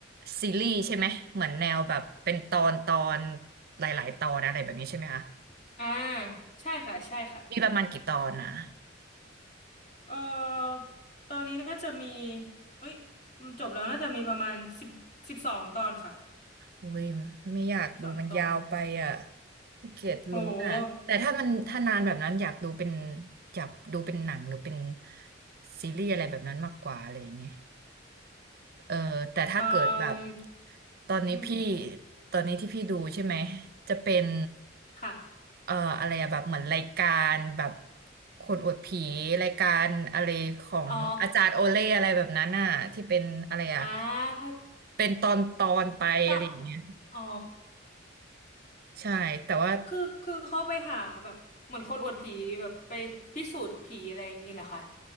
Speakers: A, on the right (about 50°); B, on the left (about 40°).
A: ซีรีส์ใช่ไหมเหมือนแนวแบบเป็นตอนตอนหลายๆตอนอะไรแบบนี้ใช่ไหมคะ
B: อ่าใช่ค่ะ ใช่ค่ะ
A: มีประมาณกี่ตอนนะ
B: เออตอนนี้น่าจะมีเอ้ยมันจบแล้วน่าจะมีประมาณสิบสิบสองตอนค่ะ
A: อุ้ยไม่อยากดูมันยาวไปอ่ะ
B: สิบสองตอน
A: ขี้เกียจลุ้นอ่ะแต่ถ้ามันถ้านานแบบนั้นอยากดูเป็น
B: โห
A: อยากดูเป็นหนังหรือเป็นซีรีส์อะไรแบบนั้นมากกว่าอะไรอย่างเงี้ยเออแต่ถ้าเกิดแบบ
B: เอ่อ
A: ตอนนี้พี่
B: อืม
A: ตอนนี้ที่พี่ดูใช่ไหมจะเป็น
B: ค่ะ
A: เอ่ออะไรอะแบบเหมือนรายการแบบคนอวดผีรายการอะไรของอาจารย์โอเล่อะไรแบบนั้นน่ะที่เป็นอะไรอะ
B: อ๋ออ่าเขา
A: เป็นตอนตอนไปอะไรอย่างเงี้ย
B: ตะอ๋อ
A: ใช่แต่ว่า
B: คือคือเขาไปหาแบบเหมือนคนอวดผีแบบไปพิสูจน์ผีอะไรอย่างนี้แหละค่ะ